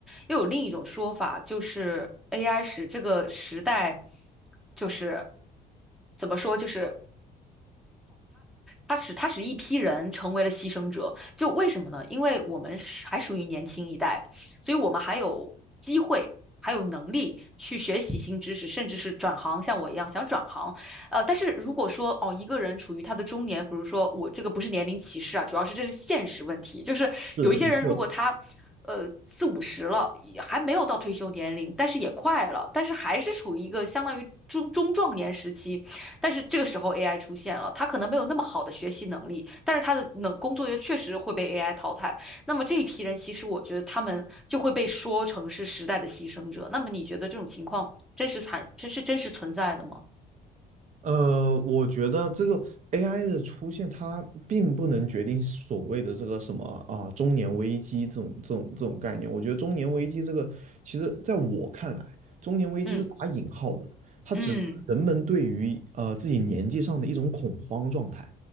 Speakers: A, in the centre; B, on the right (about 45°).
A: 又有另一种说法，就是 AI 使这个时代，就是怎么说，就是他使他使一批人成为了牺牲者，就为什么呢？因为我们是还属于年轻一代，所以我们还有机会，还有能力去学习新知识，甚至是转行，像我一样想转行。呃，但是如果说哦，一个人处于他的中年，比如说我这个不是年龄歧视啊，主要是这是现实问题，就是有一些人如果他。
B: 是，没错，
A: 呃，四五十了，也还没有到退休年龄，但是也快了，但是还是处于一个相当于中中壮年时期，但是这个时候 AI 出现了，它可能没有那么好的学习能力，但是它的能工作也确实会被 AI 淘汰。那么这一批人，其实我觉得他们就会被说成是时代的牺牲者。那么你觉得这种情况真实惨，这是真实存在的吗？
B: 呃，我觉得这个 AI 的出现，它并不能决定所谓的这个什么啊、中年危机这种这种这种概念。我觉得中年危机这个，其实在我看来，中年危机是打引号的，
A: 嗯
B: 它只是人们对于呃自己年纪上的一种恐慌状态。
A: 嗯